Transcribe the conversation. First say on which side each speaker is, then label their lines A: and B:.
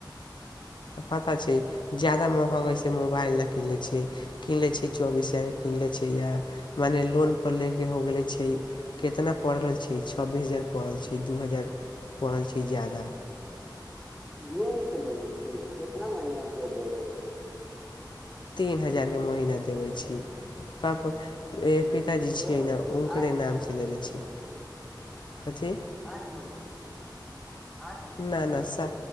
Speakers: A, on the left (about 75°); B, in the centre.
A: पता छै जा्यदा महगइसँ मोबाइल नहि कन लै छियै कीन लै छियै चौबीस हजारके कीन लै छैिय या मने लोनपर लऽ कऽ हो गेलै छै कितना पड़ल छै छब्बीस हजार पड़ल छै दू हजार पड़ल छै ज्याददा।
B: जो के देली छी कितना महीना के देबै छै।
A: तीन हजारके महना देबै छी पाप पिताजी छियै
B: कै महीना
A: ने उकरे
B: आठ
A: नाम
B: महीना
A: से लेे छियै। कथी
B: आठ महिना च लै <unintelligible> आज मना
A: ना
B: ल।
A: ना सा